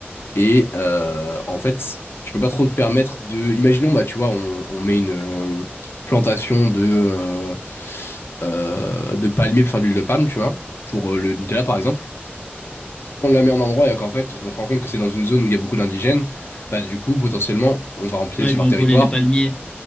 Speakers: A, on the left; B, on the left.
A: Et euh, en fait, tu peux pas trop te permettre de. Imaginons, bah, tu vois, on, on met une euh, plantation de, euh, euh, de palmiers pour faire de l'huile de palme, tu vois, pour euh, le Nutella par exemple. Si on la met à un endroit et qu'en fait, on se rend compte que c'est dans une zone où il y a beaucoup d'indigènes, bah, du coup, potentiellement, on va empiéter
B: Ouais,
A: sur
B: ils vont
A: leur territoire.
B: voler des palmiers.